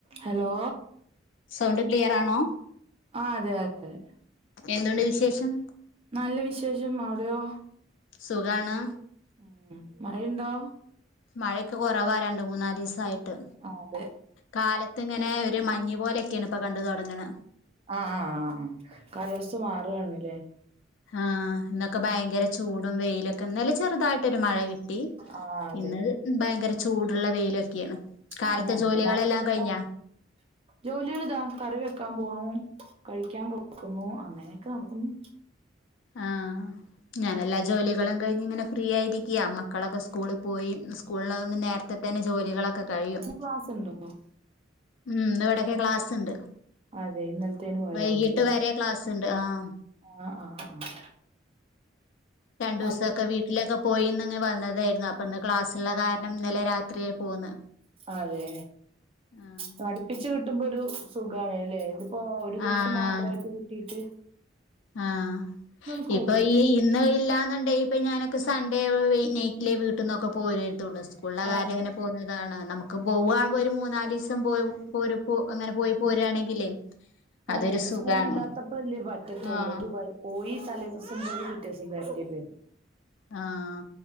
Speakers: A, on the right; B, on the left.
A: Hello
B: sound clear ആണോ
A: ആ അതെ അതെ അതെ
B: എന്തുണ്ട് വിശേഷം
A: നല്ല വിശേഷം അവിടെയോ?
B: സുഖാണ്
A: ഉം മഴയുണ്ടോ
B: മഴൊക്കെ കുറവാരണ്ട് മൂന്നാല് ദിവസായിട്ട്
A: ആ അതെ
B: കാലത്ത് ഇങ്ങനെ ഒ ഒരു മഞ്ഞു പോലെക്കെണ് ഇപ്പൊ കണ്ട്‌ തൊടങ്ങ്ണ
A: ആ ആ കാലാവസ്ഥ മാറ്ണല്ലേ
B: ആഹ് ഇന്നൊക്കെ ഭയങ്കര ചൂടും വെയിലൊക്കെ ഇന്നലെ ചെറുതായിട്ടൊരു മഴ കി ട്ടി
A: ആ അതെ
B: ഇന്ന് ഭയങ്കര ചൂടുള്ള വെയിലൊക്കെയാണ്. കാലത്തെ
A: ആഹ് ഞാ അപ്പ
B: ജോലികളെല്ലാം
A: മാസക്ക
B: കഴിഞ്ഞാ
A: ജോലികളിതാ കറി വെക്കാൻ പോണു. കഴിക്കാൻ കൊടുക്കുന്നു അങ്ങനെയൊക്കെ നടക്കുന്നു.
B: ആഹ് ഞാന എല്ലാ ജോലികളും കഴിഞ്ഞ് ഇങ്ങനെ ഫ്രീ ആയിരിക്ക അമ്മ ക്കളൊക്കെ സ്കൂളി പോയി സ്കൂൾളൊണ്ട് നേരത്തെ തന്നെ ജോലികളൊ ക്കെ കഴിയും
A: ഇന്ന് ക്ലാസ് ഉണ്ടോ
B: ഉം ഇന്ന്‌വിടെക്കെ ക്ലാസ്ണ്ട്.
A: അതെ ഇന്നലത്തേന് പകരാവും
B: വൈകിട്ട്
A: അല്ലേ
B: വരെ ക്ലാസ്സ്ണ്ട് ആഹ്
A: ആ ആ ആ
B: രണ്ടു ദിവസംക്കെ
A: അപ്പൊ
B: വീട്ടിലൊക്കെ പോയിന്ന് ഇങ്ങെ വന്നതായിരുന്നു അപ്പൊന്ന് ക്ലാസ്സ ഉള്ള കാരണം ഇന്നലെ രാത് ത്രിയേ പോന്ന്.
A: അതെ
B: ആഹ്
A: പഠപ്പിച്ച് കിട്ടുമ്പോ ഒരു സുഖാണ്ല്ലെ ഇത്. ഓഹ് ഒരു ദിവസം
B: ആഹ്
A: മാത്രമായിട്ട് കിട്ടീട്ട്
B: ആഹ്
A: സ്കൂളില്ല
B: ഇപ്പൊ ഈ ഇന്ന് ഇല്ലാന്ന് ണ്ടേ ഇപ്പ ഞാനൊക്കെ സൺഡേ നൈറ്റിലെ വീട്ട് ന്നൊക്കെ പോരുയിരു തുള്ളൂ സ്കൂളിലെ കാരണം
A: അതെ
B: എങ്ങനെ പോകുന്നതാണ് നമുക്ക് പോഉവാണ്പോ ഒരു മൂന്നാലീസം പോര് പോ പോയി പോരുകയാണെങ്കിലേ അതൊരു
A: അതെ
B: സുഖാണ്
A: സ്കൂൾ ഇല്ലാത്തപ്പോൾല്ലേ പറ്റ തൊള്ളൂ
B: ആഹ്
A: അതു പോയി തലേദിവസം പോയി പിറ്റേ ദിവസം വരണ്ടിം വരും.
B: ആഹ്